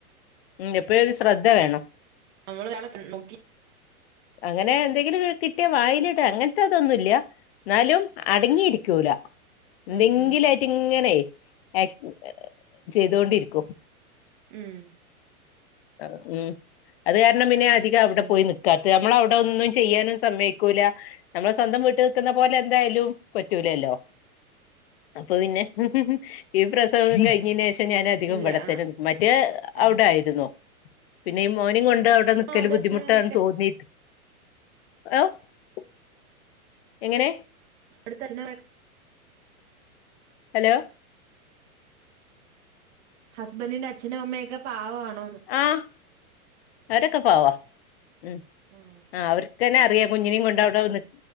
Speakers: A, on the left; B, on the right.
A: ഉം എപ്പോഴ് ഒരു ശ്രദ്ധ വേണം
B: നമ്മൾ ഒരാള് നോക്കി
A: അങ്ങനെ എന്തെങ്കിലും കിട്ടിയ വായിലിട അങ്ങനത്തെതൊന്നുഇല്ല എന്നാലും അടങ്ങിയിരിക്കൂല എന്തെങ്കിലായിട്ട്
B: ഉം ഉം
A: ഇങ്ങനെ അക് ചെയ്തൊണ്ടിരിക്കും
B: ഉം
A: ആഹ് ഉം അത് കാരണം പിന്നെ അധികം അവിടെ
B: അതെ
A: പോയി നിക്കാത്തെ നമ്മളവി ടെ ഒന്നും ചെയ്യാനും സമ്മയ്ക്കൂല്ല നമ്മളെ സ്വന്തം വിട്ട് നിൽക്കുന്ന പോലെ എന്തായാലും പറ്റൂലല്ലോ അപ്പൊ പിന്നെ ഈ പ്രസവം കഴിഞ്ഞേനെഷം ഇപ്പം ഞാധികം
B: ഇല്ല
A: ഇവിട
B: ആ
A: തന്നെ നിക്കും മറ്റേ
B: ആ
A: അവിട ആയിരുന്നു പിന്നെഈ മോനെ കൊ ത് അവിടെ നിക്കല്
B: ആ
A: ബുദ്ധിമുട്ടാണന്ന്
B: അച്ഛനും അമ്മയൊക്കെ
A: തോന്നീട്ട് <unintelligible> എങ്ങനെ
B: അടുത്ത <unintelligible>
A: ഹലോ
B: ഹസ്ബൻഡിന്റ അച്ഛനും അമ്മയൊക്കെ പാവം ആണോന്ന്
A: ആഹ് അവരൊക്കെ പാവാ ഉം
B: ആ
A: ആഹ് അവർക്ക്ന്നെ അറിയാം കുഞ്ഞിനേം കൊണ്ടവിടെ നി